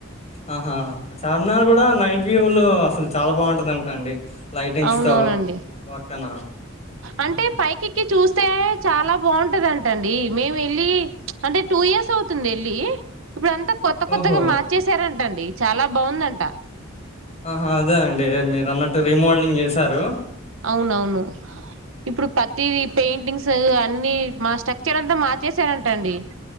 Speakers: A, on the left; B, on the right.
A: ఆహా చార్మినార్ కూడా నైట్ వ్యూలు అసలు చాలా బాగుంటది అంట అండి. లైటింగ్స్
B: అవునవునండి
A: తో పక్కన
B: అంటే
A: హుహు.
B: పైకిెక్కి చూస్త వస్తే చాలా బాగుంటది అంట అండి మేము వెళ్ళి అంటే టూ ఇయర్స్ అవుతుంది వెళ్ళి. ఇప్పుడు అంతా కొత్త కొత్తగా
A: ఓహో
B: మార్చసారంటండి. చాలా బాగుందంట.
A: ఆహా అదే అండి మీరు అన్నట్టు రీమోల్డింగ్ చేసి సారు
B: అవునవును ఇప్పుడు ప్రతి పెయింటింగ్స్ అ అన్ని మా స్ట్రక్చర్ అంతా మార్చేసారంట అండి